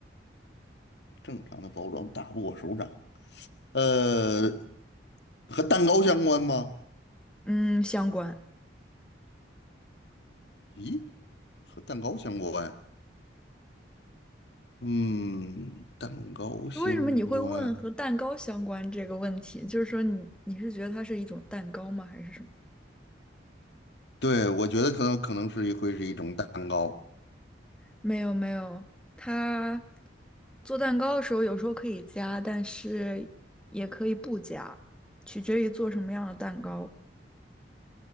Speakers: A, on the left (about 65°); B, in the centre.
A: 正常的包装打不过手掌。呃，和蛋糕相关吗？
B: 嗯，相关。
A: 咦，和蛋糕相关？嗯，蛋糕相关。
B: 为什么你会问和蛋糕相关这个问题？就是说你你是觉得它是一种蛋糕吗？还是什么？
A: 对，我觉得可能可能是一会是一种蛋糕。
B: 没有没有，它做蛋糕的时候有时候可以加，但是也可以不加，取决于做什么样的蛋糕。